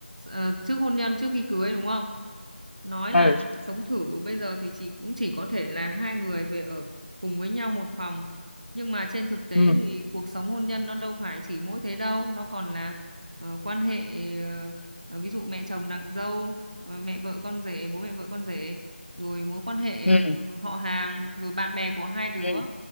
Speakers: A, on the right (about 40°); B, on the left (about 75°).
A: ờ, trước hôn nhân, trước khi cưới đúng không? nói là
B: ừ
A: sống thử bây giờ thì chỉ cũng chỉ có thể là hai người về ở cùng với nhau một phòng nhưng mà trên thực tế
B: ừ,
A: thì cuộc sống hôn nhân nó đâu phải chỉ mỗi thế đâu nó còn là ờ, quan hệ ờ, ờ, ví dụ mẹ chồng nàng dâu ờ, mẹ vợ con rể bố mẹ vợ con rể rồi mối quan hệ
B: ừ.
A: ờ, họ hàng rồi bạn bè của hai đứa
B: ừ.